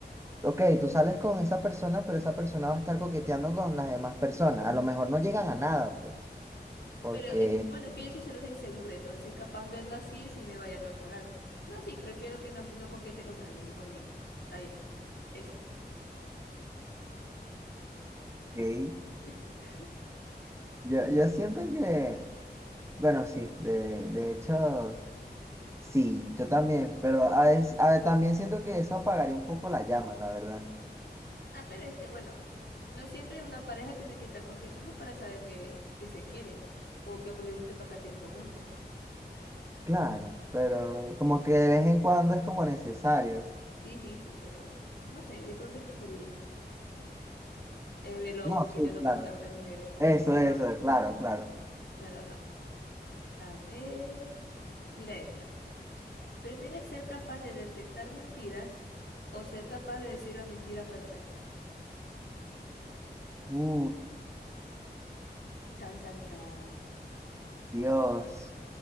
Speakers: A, on the right; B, on the left.
A: ok, tú sales con esa persona, pero esa persona va a estar coqueteando con las demás personas. A lo mejor no llegan a nada, pues, porque
B: Pero es- bueno, es que yo soy celosa e insegura, entonces capaz verlo así sí me vaya a causar algo. No, sí, prefiero que no, me- no coquete con nadie ni conmigo. Está bien. Eso.
A: ok,
B: <laughs>
A: Yo, yo siento que, bueno, sí, de, de hecho, sí, yo también, pero a veces- a- también siento que eso apagaría un poco la llama, la verdad.
B: Ah, pero es que bueno, no siempre una pareja tiene que estar coqueteando para saber que, que se quieren o que les guste pasar tiempo juntos.
A: Claro, pero como que de vez en cuando es como necesario.
B: Sí, sí, sí, pero no sé, yo creo que es preferible que verlo
A: No,
B: coqueteando
A: sí, claro.
B: con otras pe- mujeres.
A: Eso,
B: Uy,
A: eso,
B: no,
A: claro, claro.
B: no, no, no. A ver, mira esta. ¿Prefieres ser capaz de detectar mentiras o ser capaz de decir la mentira perfecta?
A: Uh,
B: Chan, chan, chan.
A: Dios.